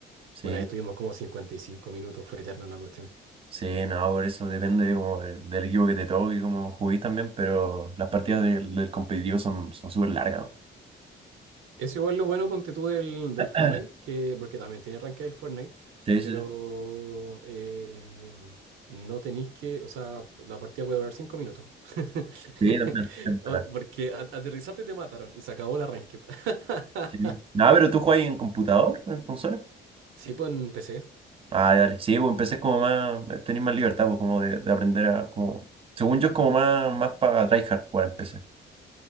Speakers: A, on the right; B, on the right.
A: Sí,
B: Una vez estuvimos como cincuenta y cinco minutos, fue eterna la cuestión.
A: sí, no, por eso depende de como de- del equipo que te toque y cómo juguís también, pero las partidas del, del competitivo son son súper largas.
B: Eso igual lo bueno, ponte tú del, del
A: <clears throat>
B: Fortnite, que, porque también tiene ranking del Fortnite,
A: Sí,
B: pero
A: sí, sí,
B: eh, no tenéis que, o sea, la partida puede durar 5 minutos. <laughs>
A: Sí, también. es
B: O-
A: verdad.
B: Porque a- aterrizarte te mataron y se acabó la ranked. <laughs>
A: Sí. Ah, pero tú juegas en computador, en consola.
B: Sí, pues en PC.
A: Ah, dale. Sí, pues empecé como más, eh, tenés más libertad, pues como de, de aprender a, como, según yo es como más, más para tryhard jugar en PC.